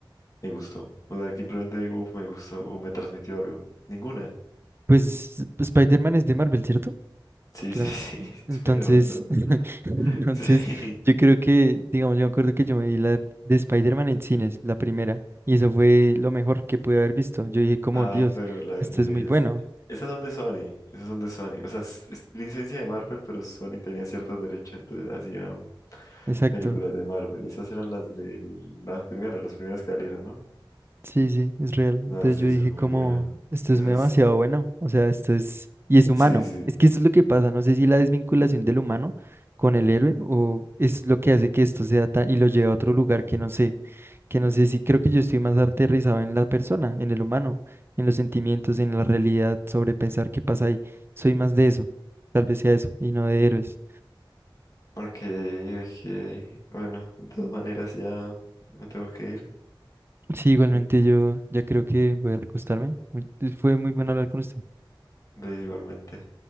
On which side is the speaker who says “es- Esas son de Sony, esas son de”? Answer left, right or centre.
Left